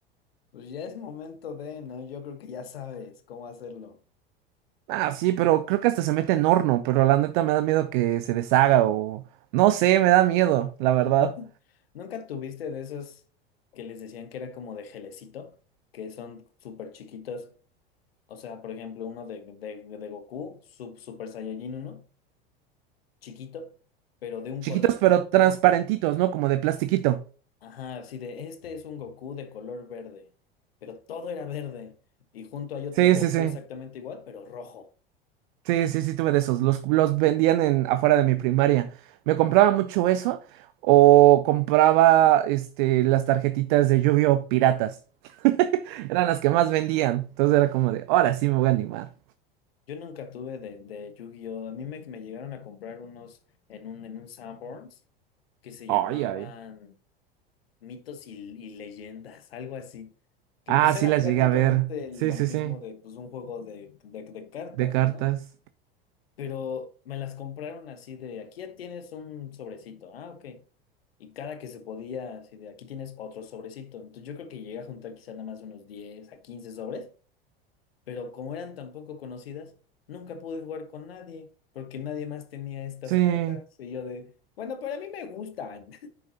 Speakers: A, on the left (about 75°); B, on the right (about 55°).
A: Pues ya es momento de, ¿no? Yo creo que ya sabes cómo hacerlo.
B: Ah, sí, pero creo que hasta se mete en horno, pero la neta me da miedo que se deshaga o... No sé, me da miedo, la verdad.
A: <laughs> ¿Nunca tuviste de esos que les decían que era como de gelecito? Que son súper chiquitos. O sea, por ejemplo, uno de, de, de Goku, sub, Super Saiyajin uno chiquito, pero de un
B: Chiquitos
A: color.
B: pero transparentitos,
A: Todo de un color.
B: ¿no? Como de plastiquito.
A: Ajá, así de este es un Goku de color verde, pero todo era verde. Y junto hay otro
B: Sí,
A: Goku
B: sí, sí.
A: exactamente igual, pero rojo.
B: Sí, sí, sí, tuve de esos. Los, los vendían en afuera de mi primaria. Me compraba mucho eso o compraba este, las tarjetitas de Yu-Gi-Oh! piratas. <laughs> Eran las que más vendían. Entonces era como de, ahora sí me voy a animar.
A: Yo nunca tuve de, de Yu-Gi-Oh! A mí me, me llegaron a comprar unos en un, en un Sanborns que se
B: Ay,
A: llamaban.
B: ay.
A: mitos y, y leyendas, <laughs> algo así. Que
B: Ah,
A: pues
B: sí
A: era
B: las
A: prácticamente
B: llegué a ver.
A: lo
B: Sí, sí,
A: mismo
B: sí.
A: de pues un juego de, de, de cartas,
B: De cartas.
A: ¿no? Pero me las compraron así de aquí ya tienes un sobrecito, ah, ok. Y cada que se podía, así de aquí tienes otro sobrecito. Entonces yo creo que llegué a juntar quizá nada más unos 10 a 15 sobres, pero como eran tan poco conocidas, nunca pude jugar con nadie, porque nadie más tenía estas
B: Sí.
A: cartas. Y yo de, bueno, pero a mí me gustan.